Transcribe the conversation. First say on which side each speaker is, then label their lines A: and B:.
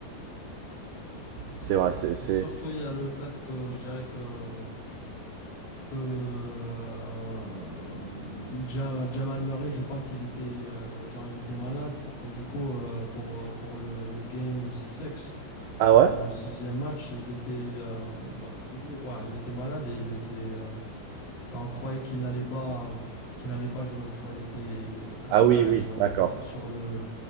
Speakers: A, on the right (about 85°); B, on the left (about 85°).
A: c'est vrai, c'est, c'est...
B: Et surtout, il y a le fait que je dirais que que euh, Ja- Jamal Murray, je pense il était euh, genre il était malade et du coup euh, pour euh, pour le, le game six
A: Ah
B: le,
A: ouais?
B: le sixième match, il était euh, bah, au début, ouais, il était malade et il était euh, bah, on croyait qu'il n'allait pas qu'il n'allait pas jouer, tu vois, il était comment
A: Ah
B: dirais-je
A: oui, oui,
B: genre,
A: d'accord.
B: euh, sur le